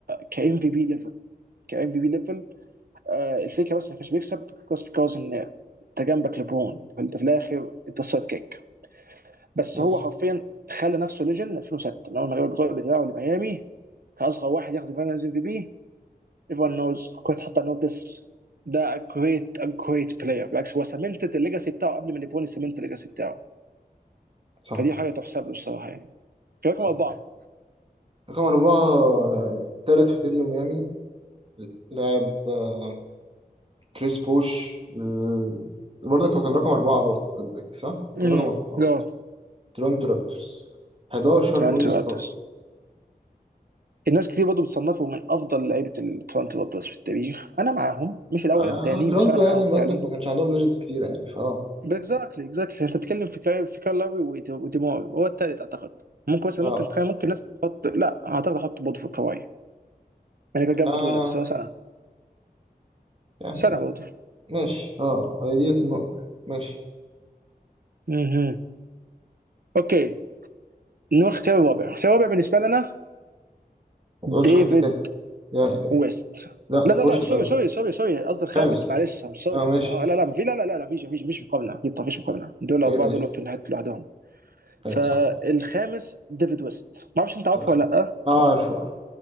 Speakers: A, on the right; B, on the right.
A: ك ام في بي ليفل ك ام في بي ليفل آه الفكره بس ما كانش بيكسب بس بيكوز ان انت جنبك لبرون فانت في الاخر انت السايد كيك بس
B: يس
A: هو حرفيا خلى نفسه ليجن 2006 من اول ما جاب البطوله بتاعه لميامي كاصغر واحد ياخد الفاينلز ام في بي ايفون نوز كنت حط نوتس ده جريت جريت بلاير بالعكس هو سمنتد الليجاسي بتاعه قبل ما نيبوني سمنت الليجاسي بتاعه
B: صح
A: فدي حاجه تحسب له الصراحه يعني رقم
B: صح
A: اربعه
B: رقم أربعة آه، التالت في تريو ميامي لاعب آه، كريس بوش آه، برضه هو كان رقم أربعة برضه في البيك صح؟ كان
A: امم
B: رقم أربعة
A: جو
B: برضه تورنتو رابترز 11
A: تورنتو
B: أول ستار
A: رابترز الناس كتير برضه بتصنفوا من افضل لعيبه التورنتو رابترز في التاريخ انا معاهم مش الاول
B: آه
A: الثاني
B: تورونتو
A: بس انا معاهم
B: يعني برضه
A: فعلا
B: ما كانش عندهم ليجندز كتير يعني فاه
A: اكزاكتلي اكزاكتلي انت بتتكلم في كاي في كاي لاوي ودي- وديماي هو الثالث اعتقد ممكن مثلا
B: اه
A: ممكن تخيل ممكن الناس تحط لا اعتقد احط برضه في كواي يعني كان جاب
B: اه
A: بطوله بس هو سنه
B: يعني
A: سنه برضه
B: ماشي اه هي ديت النقطة يعني. ماشي
A: اها اوكي نروح اختيار الرابع اختيار الرابع بالنسبه لنا
B: ما
A: ديفيد
B: تقولش حد تاني يا إلهي
A: ويست
B: لا
A: لا لا
B: بوش
A: لا سوري
B: الأول
A: سوري سوري سوري قصدي الخامس
B: خامس
A: معلش ام سوري
B: اه ماشي
A: انا آه، لا لا في لا لا لا لا فيش فيش فيش مقابله اكيد طبعاً فيش مقابله دول
B: اوكي
A: اربعه
B: ماشي
A: دول في نهايه لوحدهم
B: آه
A: فالخامس
B: صح
A: ديفيد ويست ما اعرفش انت عارفه
B: اه
A: ولا لا
B: آه، عارفه عارفه